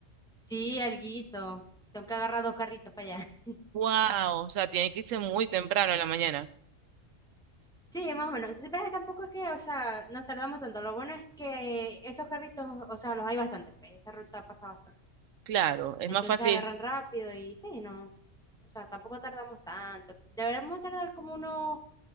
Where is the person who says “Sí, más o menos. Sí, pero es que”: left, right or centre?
Centre